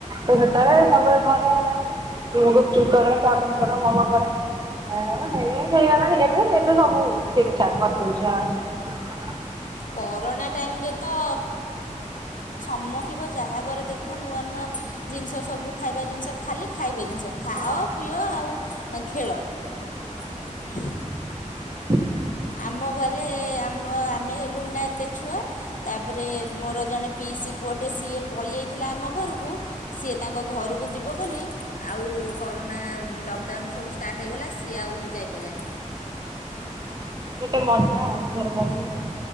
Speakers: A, on the right (about 30°); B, on the left (about 80°).
A: ତ ସେତେବେଳେ ସବୁବେଳେ ଘରେ ହେଲା। ଉଁ ଗୁପଚୁପ କର ଚାଓମିନ କର ମୋମୋ କର। ଆ ହେଇ ହେଇଗଲାଣି ଏବେ ଏବେ ସବୁ ଠିକ ଠାକ କରିଦଉଛି ଆରାମ ସେ।
B: କରୋନା ଟାଇମ ରେ ତ। ସମ୍ମୋଖିବ ଯାହା ଘରେ ଦେଖିବ ନୂଆ ନୂଆ ଜିନିଷ ସବୁ ଖାଇବା ଜିନିଷ ଖାଲି ଖାଇବେ। ଜିନିଷ ଖାଅ
A: ହଁ।
B: ପିଅ ଆଉ ଅ ଖେଳ।
A: ହୁଁ
B: ଆମ ଘରେ ଆମ ଆମେ ହେଲୁଣି ନା ଏତେ ଛୁଆ। ତାପରେ ମୋର ଜଣେ ପିଇସି ପୁଅଟେ ସିଏ ପଳିଆଇଥିଲା ଆମ ଘରକୁ ସିଏ ତା କ ଘରକୁ ଯିବ ବୋଲି ଆଉ କରୋନା ଲକ୍ଡାଉନ୍ ସବୁ ଷ୍ଟାର୍ଟ ହେଇଗଲା ସିଏ ଆଉ ଯାଇ ପାଇଲାନି।
A: ଗୋଟେ ମଜା ଆଉ ଘରବନ୍ଦୀ।